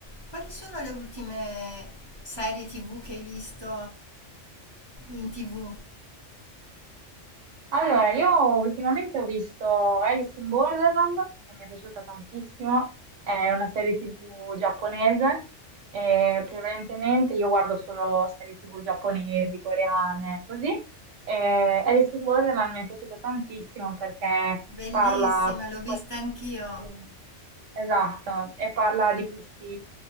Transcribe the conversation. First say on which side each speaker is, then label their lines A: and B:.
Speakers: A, on the right; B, on the right.
A: Quali sono le ultime serie TV che hai visto in TV?
B: Allora, io ultimamente ho visto Alice in Borderland, che mi è piaciuta tantissimo, è una serie TV giapponese, e prevalentemente io guardo solo serie TV giapponesi, coreane, così. E Alice in Borderland mi è piaciuta tantissimo perché
A: Bellissima,
B: parla comunque...
A: l'ho vista anch'io.
B: sì, Esatto, e parla di questi,